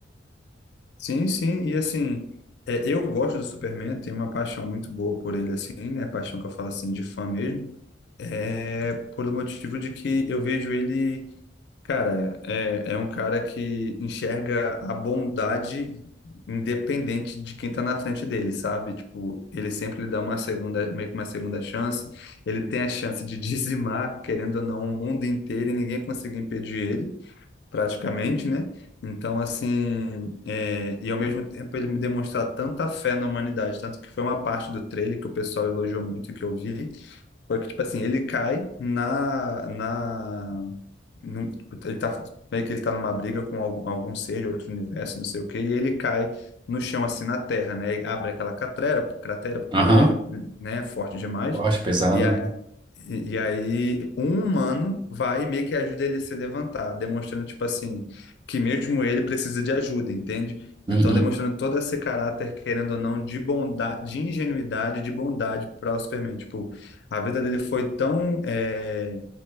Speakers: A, on the left; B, on the right.
A: Sim, sim, e assim, é, eu gosto do Superman, tenho uma paixão muito boa por ele, assim, né? Paixão que eu falo, assim, de fã mesmo, é pelo motivo de que eu vejo ele Cara, é, é um cara que enxerga a bondade independente de quem tá na frente dele, sabe? Tipo, ele sempre lhe dá uma segunda, meio que uma segunda chance. Ele tem a chance de <laughs> dizimar, querendo ou não, o mundo inteiro e ninguém conseguir impedir ele, praticamente, né? Então, assim, é, e ao mesmo tempo ele me demonstrar tanta fé na humanidade, tanto que foi uma parte do trailer que o pessoal elogiou muito e que eu vi, foi que, tipo assim, ele cai na, na num- tipo, ele tá meio que ele tá numa briga com algum, algum ser de outro universo, não sei o quê, e ele cai no chão assim na terra, né? E abre aquela cratera, cratera porque
B: Aham.
A: ele é, né, forte demais.
B: Eu acho pesado.
A: E, a, e, e aí um humano vai e meio que ajuda ele a se levantar, demonstrando tipo assim que mesmo ele precisa de ajuda, entende?
B: Uhum.
A: Então demonstrando todo esse caráter, querendo ou não, de bondade, de ingenuidade, de bondade para o Superman. Tipo, a vida dele foi tão eh,